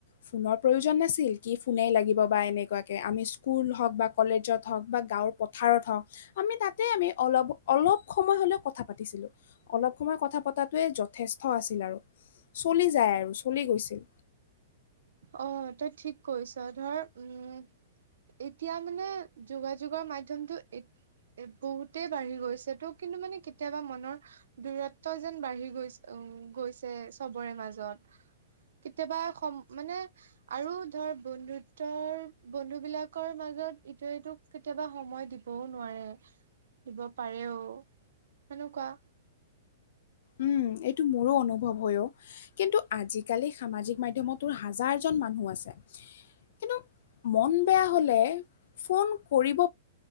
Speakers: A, on the left (about 50°); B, on the right (about 85°).
A: ফোনৰ প্ৰয়োজন নাছিল কি ফোনেই লাগিব বা এনেকুৱাকে আমি স্কুল হওক বা কলেজত হওঁক বা গাঁৱৰ পথাৰত হওঁক আমি তাতে আমি অলপ অলপ সময় হ'লেও কথা পাতিছিলো, অলপ সময় কথা পতাতোৱে যথেষ্ট আছিল আৰু। চলি যায় আৰু চলি গৈছিল।
B: অ তই ঠিক কৈছ ধৰ উম। এতিয়া মানে যোগাযোগৰ মাধ্যমটো এ বহুতেই বাঢ়ি গৈছে তো কিন্তু মানে কেতিয়াবা মনৰ, দূৰত্ব যেন বাঢ়ি গৈছে। উম গৈছে চবৰে মাজত, কেতিয়াবা স মানে আৰু ধৰ বন্ধুত্বৰ বন্ধু বিলাকৰ মাজত ইটো ইটো। কেতিয়াবা সময় দিবও, নোৱাৰে দিব পাৰেও সেনেকোৱা।
A: উম এইটো মোৰো অনুভৱ হয় অ, কিন্তু আজিকালি সামাজিক মাধয়মতো হাজাৰজন মানুহ আছে। কিন্তু